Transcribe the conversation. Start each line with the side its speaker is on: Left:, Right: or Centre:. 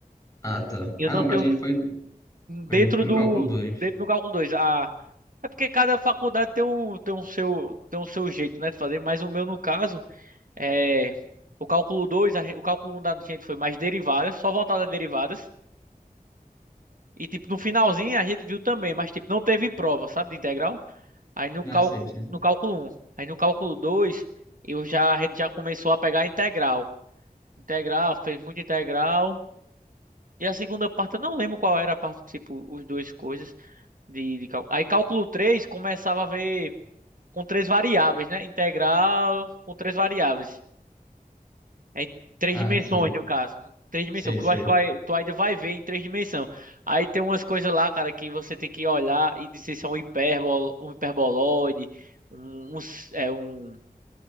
Left: Ah, tá.
Right: Eu
Left: Ah,
Right: não
Left: não,
Right: tenho
Left: pra gente foi, pra
Right: dentro
Left: gente foi
Right: do
Left: no cálculo dois
Right: dentro do cálculo 2. Ah, é porque cada faculdade tem um tem um seu tem um seu jeito, né, de fazer, mas o meu no caso é o cálculo 2, a re- o cálculo 1 da gente foi mais derivadas, só voltada a derivadas. E tipo, no finalzinho a gente viu também, mas tipo, não teve prova, sabe, de integral? Aí no
Left: Ah,
Right: cálculo,
Left: sei, sei.
Right: no cálculo um, Aí no cálculo 2 eu já, a gente já começou a pegar a integral. Integral, fez muita integral. E a segunda parte, eu não lembro qual era a parte, tipo, os dois coisas de, de cálculo. Aí cálculo 3 começava a ver com três variáveis, né? Integral com três variáveis. É Em três
Left: Ah,
Right: dimensões,
Left: sei,
Right: no caso. Três dimensões,
Left: sei,
Right: que
Left: sei.
Right: eu acho que vai- tu ainda vai ver em três dimensões. Aí tem umas coisas lá, cara, que você tem que olhar e dizer se é um hipérbolo, um hiperboloide, um, um, s- é, um